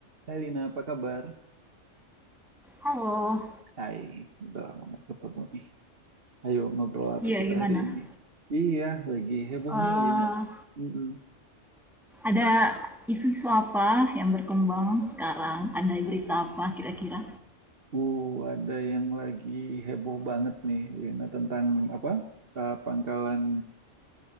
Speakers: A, on the right; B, in the centre.
A: Hai Lina, apa kabar?
B: Halo,
A: Hai, udah lama nggak ketemu. Ih, ayo ngobrol apa
B: iya
A: kita
B: gimana?
A: hari ini? Iya, lagi heboh
B: Eh,
A: nih Lina. Mm-mm.
B: ada isu-isu apa yang berkembang sekarang? Ada berita apa kira-kira?
A: Uh, ada yang lagi heboh banget nih Lina tentang apa? Eh, pangkalan